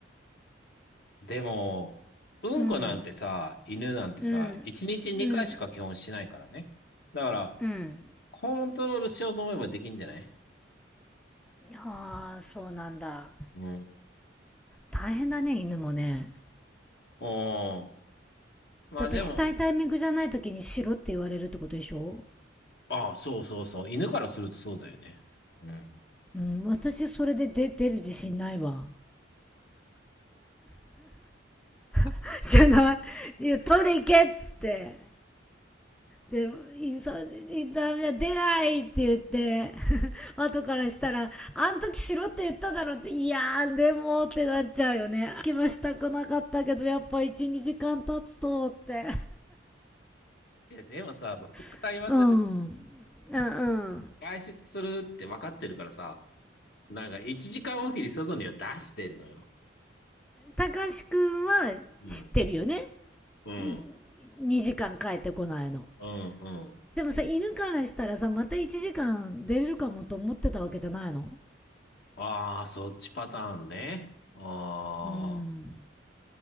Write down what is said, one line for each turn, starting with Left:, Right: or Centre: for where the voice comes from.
Left: でも、うんこなんてさ、
Centre: うん、
Left: 犬なんてさ、
Centre: うん、
Left: 1日2回しか基本しないからね。
Centre: うん、
Left: だから、
Centre: うん。
Left: コントロールしようと思えばできんじゃない
Centre: ああ、そうなんだ。
Left: うん。
Centre: 大変だね、犬もね。
Left: おー。まあでも、
Centre: だってしたいタイミングじゃない時にしろって言われるってことでしょ
Left: ああ、そうそうそう。犬からするとそうだよね。うん。
Centre: うん、私それで出出る自信ないわ。
Left: <laughs>
Centre: <laughs> じゃない。いや、取り行けっつって。で、インサイン出ないって言って、<laughs> 後からしたら、あん時しろって言っただろって、いやー、でもってなっちゃうよね。気はしたくなかったけど、やっぱ1、2時間経つとって。
Left: いや、でもさ、僕から言わせると、
Centre: <laughs> うん。うんうん。
Left: 外出するって分かってるからさ、なんか1時間おきに外には出してんのよ。
Centre: たかしくんは知ってるよね。
Left: うん。うん。
Centre: い2時間帰ってこないの
Left: うん。うん。
Centre: でもさ犬からしたらさまた1時間出れるかもと思ってたわけじゃないの
Left: ああ、そっちパターンね。あ
Centre: うん